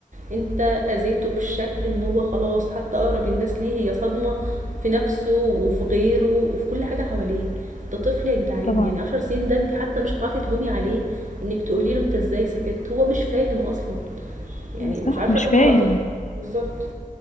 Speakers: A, on the right; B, on the left.
A: أنت أذيته بالشكل إن هو خلاص حتى أقرب الناس ليه هي صدمة في نفسه وفي غيره وفي كل حاجة حواليه ده طفل يا جدعان
B: طبعا
A: يعني 10 سنين ده انت حتى مش هتعرفي تلومي عليه انك تقولي له انت ازاي سكت هو مش فاهم اصلا يعني
B: صح
A: مش عارفة
B: مش
A: الوم
B: فاهم
A: على طفل بالظبط